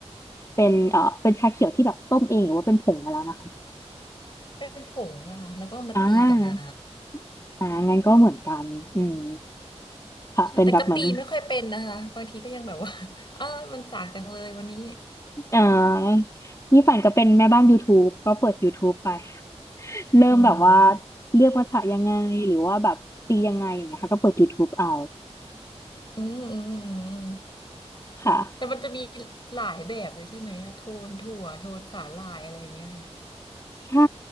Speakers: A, on the left; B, on the left.
A: เป็นเอ่อเป็นชาเขียวที่แบบต้มเองหรือว่าเป็นผงมาแล้วนะคะ
B: เป็นผงอะค่ะแล้วก็เอามาตีกับน้
A: อ่าอ่างั้นก็เหมือนกันอืม
B: ำใช่แต่ก็ตีไม่ค่อยเป็นนะคะบางทีก็ยังแบบว่า
A: ค่ะเป็นแบบเหมือน
B: <laughs> อ้ามันสากจังเลยวันนี้
A: เอ่อนี่ปั่นก็เป็นแม่บ้าน YouTube ก็เปิด YouTube ไป เริ่มแบบว่า
B: อืม
A: เลือกภาษายังไงหรือว่าแบบตียังไงอย่างเงี้ยค่ะก็เปิด YouTube เอา
B: อืมอืมอืม
A: ค่ะ
B: แต่มันจะมีหลายแบบเลยใช่ไหมอะโทนถั่วโทนสาหร่ายอะไรอย่างเงี้ยค่ะ
A: ใช่